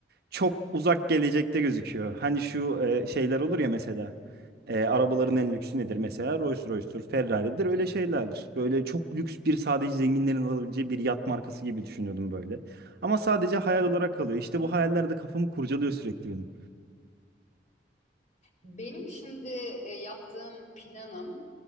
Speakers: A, on the right; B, on the left.
A: çok uzak gelecekte gözüküyor. Hani şu e, şeyler olur ya mesela. E, arabaların en lüksü nedir mesela? Rolls Royce'tur, Ferrari'dir öyle şeylerdir. Böyle çok lüks bir sadece zenginlerin alabileceği bir yat markası gibi düşünüyordum böyle. Ama sadece hayal
B: Hı hı.
A: olarak kalıyor. İşte bu hayaller de kafamı kurcalıyor sürekli benim.
B: Benim şimdi e, yaptığım planım